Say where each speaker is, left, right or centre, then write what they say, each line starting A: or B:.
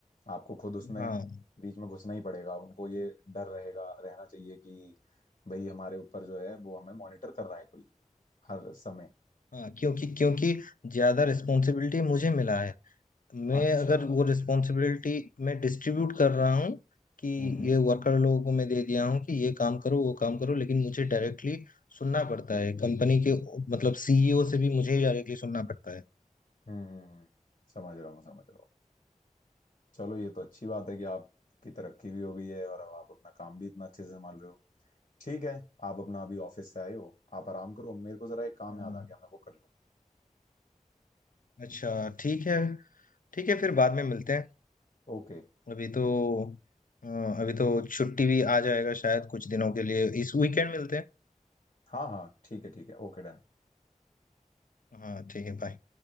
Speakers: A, on the left; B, on the left.
A: आपको खुद उसमें
B: हाँ
A: बीच में घुसना ही पड़ेगा उनको ये डर रहेगा रहना चाहिए कि भाई हमारे ऊपर जो है वो हमें मॉनिटर कर रहा है कोई हर समय
B: हाँ क्योंकि क्योंकि ज्यादा रिस्पॉन्सिबिलिटी मुझे मिला है मैं
A: अच्छा
B: अगर वो रिस्पॉन्सिबिलिटी मैं डिस्ट्रीब्यूट कर रहा हूँ कि
A: हम्म
B: ये वर्कर लोगों को मैं दे दिया हूँ कि ये काम करो वो काम करो लेकिन मुझे डायरेक्टली सुनना पड़ता है कंपनी के मतलब सीईओ से भी मुझे ही डायरेक्टली सुनना पड़ता है
A: हम्म हम्म, हम्म, समझ रहा हूँ समझ रहा हूँ चलो ये तो अच्छी बात है कि आपकी तरक्की भी हो गई है और अब आप अपना काम भी इतना अच्छे से संभाल रहे हो ठीक है आप अपना अभी ऑफिस से आए हो आप आराम करो मेरे को जरा एक काम
B: हाँ
A: याद आ गया मैं वो कर लूँ
B: अच्छा ठीक है ठीक है फिर बाद में मिलते हैं
A: ओके
B: अभी तो अ, अभी तो छुट्टी भी आ जाएगा शायद कुछ दिनों के लिए इस वीकेंड मिलते हैं
A: हाँ हाँ ठीक है ठीक है ओके डन
B: हाँ ठीक है बाय